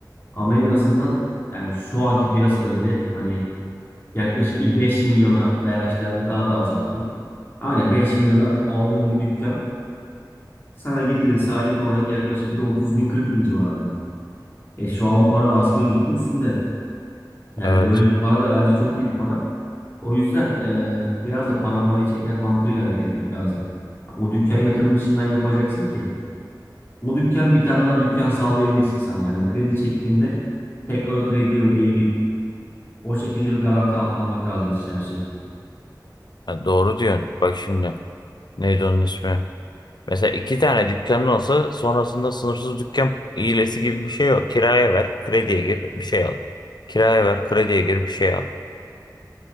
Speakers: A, on the left; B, on the left.
A: ama en azından yani şu anki piyasada bile hani yaklaşık bir 5 milyona veya işte hani daha da azaltayım. Aynen 5 milyona aldığım bir dükkan sana getirirse aylık olarak yaklaşık bir 30 bin 40 bin civarında. E şu an bu para da asgari ücretin üstünde. Yani
B: Evet.
A: böyle bir para da bence çok iyi bir para. O yüzden eee, biraz da para parayı çeker mantığıyla hareket etmek lazım. O dükkan yatırımını şimdiden yapacaksın ki o dükkan bir tane daha dükkan sağlayabilsin sana. Yani bir kredi çektiğinde tekrar o krediyi ödeyebil. O şekilde bir garanti altına almak lazım işte her şeyi.
B: Ha, doğru diyorsun. Bak şimdi. Neydi onun ismi? Mesela iki tane dükkanın olsa sonrasında sınırsız dükkan hilesi gibi bir şey yok. Kiraya ver, krediye gir, bir şey al. Kiraya ver, krediye gir, bir şey al.